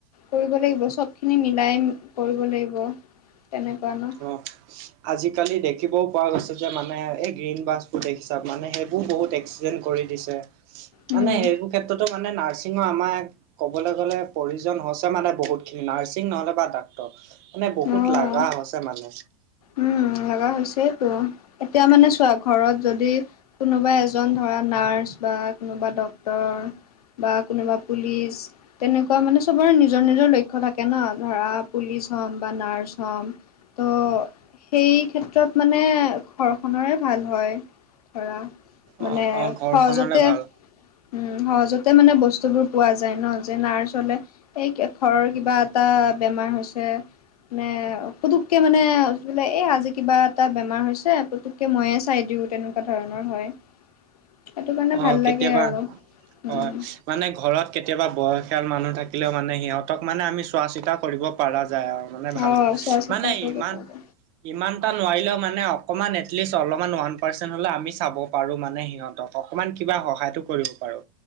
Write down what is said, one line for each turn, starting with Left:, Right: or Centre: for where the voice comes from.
Left: কৰিব লাগিব চব খিনি মিলাই কৰিব লাগিব তেনেকুৱা ন
Right: অ'ফ আজিকালি দেখিবও পোৱা গৈছে যে মানে এই গ্ৰীণ বাছবোৰ দেখিছা মানে সেইবোৰ বহুত একস কৰি দিছে।
Left: উম
Right: মানে সেইবোৰ ক্ষেত্ৰতো মানে নাৰ্ছিঙৰ আমাৰ কবলৈ গলে পৰি হৈছে মানে বহুত খিনি নাৰ্ছিং নহলে বা ডাক্তৰ মানে বহুত
Left: অ
Right: লগা
Left: অ
Right: হৈছে মানে।
Left: উম লগা হৈছেতো এতিয়া মানে চোৱা ঘৰত যদি কোনোবা এজন ধৰা নাৰ্চ বা কোনোবা ডক্তৰ বা কোনোবা পুলিচ তেনেকুৱা মানে চবৰে নিজৰ নিজৰ লক্ষ্য থাকে ন ধৰা পুলিচ হ'ম বা নাৰ্চ হ'ম অঁ সেই ক্ষেত্ৰত মানে ঘৰখন ৰে ভাল হয় ধৰা মানে
Right: অ অ ঘৰখনলে
Left: সহজতে
Right: ভাল
Left: উম সহজতে মানে বস্তুবোৰ পোৱা যায় ন যে নাৰ্চ হলে এই ঘৰৰ কিবা এটা বেমাৰ হৈছে মানে পুতুককে মানে বোলে এই আজি কিবা এটা বেমাৰ হৈছে পুতুককে ময়ে চাই দিওঁ তেনেকুৱা ধৰণৰ হয়। সেইটো কাৰণে
Right: অ
Left: ভাল
Right: কেতিয়াবা
Left: লাগে আৰু উম
Right: হয়,
Left: উম।
Right: মানে ঘৰত কেতিয়াবা বয়সীয়াল মানুহ থাকিলেও মানে সিহঁতক মানে আমি চোৱা চিতা কৰিব পৰা যায় আৰু। মানে ভালকে
Left: অ', চোৱা চিতা
Right: মানে
Left: কৰিব
Right: ইমান
Left: পাৰে
Right: - ইমান এটা নোৱাৰিলেও মানে অকণমান এটলিষ্ট অলপমান ওৱান পাৰ্চেণ্ট হ'লেও আমি চাব পাৰোঁ মানে সিহঁতক। অকমান কিবা সহায়তো কৰিব পাৰো